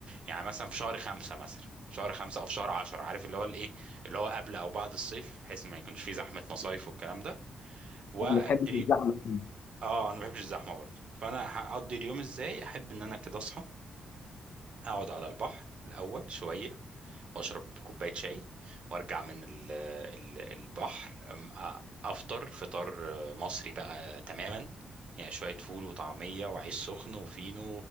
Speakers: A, on the right; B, on the left.
A: يعني مثلا في شهر خمسة مثلا شهر خمسة أو في شهر عشرة عارف اللي هو الإيه اللي هو قبل أو بعد الصيف بحيث ما يكونش فيه زحمة مصايف والكلام ده
B: ما بحبش الزحمه دي.
A: اه انا ما بحبش الزحمه برضه فانا هقضي اليوم ازاي احب ان انا كده اصحى اقعد على البحر الاول شويه واشرب كوبايه شاي وارجع من ال ال البحر أم- أ- افطر فطار مصري بقى تماما يعني شويه فول وطعميه وعيش سخن وفينو